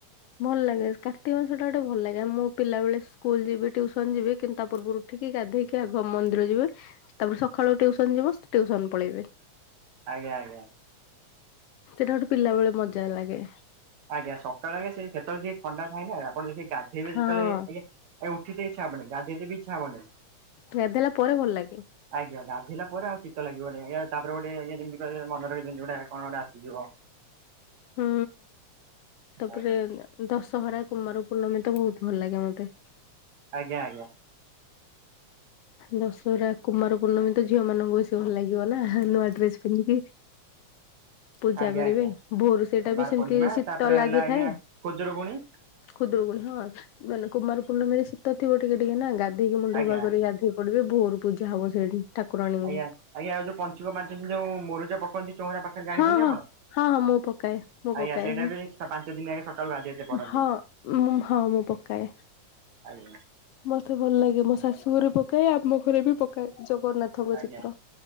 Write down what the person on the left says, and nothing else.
ଭଲ୍ ଲାଗେ କାର୍ତ୍ତିକ ମାସଟା ଗୋଟେ ଭଲ୍ ଲାଗେ ମୁଁ ପିଲାବେଳେ ସ୍କୁଲ୍ ଯିବି ଟ୍ୟୁସନ୍ ଯିବି କିନ୍ତୁ ତା ପୂର୍ବୁରୁ ଉଠିକ ଗାଧେଇକି ଆଗ ମନ୍ଦିର ଯିବି, ତାପରେ ସଖାଳୁ ଟ୍ୟୁସନ୍ ଯିବୁ ଟ୍ୟୁସନ୍ ପଳେଇବେ।
ସେଟା ଗୋଟେ ପିଲାବେଳେ ମଜା ଲାଗେ।
ହଁ
ଗାଧେଇଲା ପରେ ଭଲ୍ ଲାଗେ।
ହୁଁ, ତାପରେ
ଦଶହରା କୁମାର ପୂର୍ଣ୍ଣମୀ ତ ବୋହୁତ୍ ଭଲ ଲାଗେ ମତେ।
ଦଶହରା କୁମାର ପୂର୍ଣ୍ଣମୀ ତ ଝିଅ ମାନଙ୍କୁ ବେଶୀ ଭଲ ଲାଗିବ ନା ନୂଆ ଡ୍ରେସ ପିନ୍ଧିକି।
ପୂଜା
କରିବେ
ଭୋରୁ ସେଇଟା
ବି ସେମିତି
ଶୀତ
ଲାଗିଥାଏ।
ଖୁଦୁରୁକୁଣୀ ହଁ ମାନେ କୁମାର ପୂର୍ଣ୍ଣମୀରେ ଶୀତ ଥିବ ଟିକେ ଟିକେ ନା ଗାଧେଇକି ମୁଣ୍ଡ
କରି ଗାଧେଇ ପଡ଼ିବେ ଭୋରୁ ପୂଜା ହବ ସେଇଠି। ଠାକୁରାଣୀଙ୍କୁ
ହଁ ହଁ
ହଁ ହଁ ମୁଁ ପକାଏ ମୁଁ
ପକାଏ
ହଁ ମୁଁ ହଁ ମୁଁ ପକାଏ।
ମତେ ଭଲ ଲାଗେ ମୋ ଶାଶୁ ଘରେ ପକାଏ ଆମ ଘରେ ବି ପକାଏ ଜଗନ୍ନାଥଙ୍କ
ଚିତ୍ର।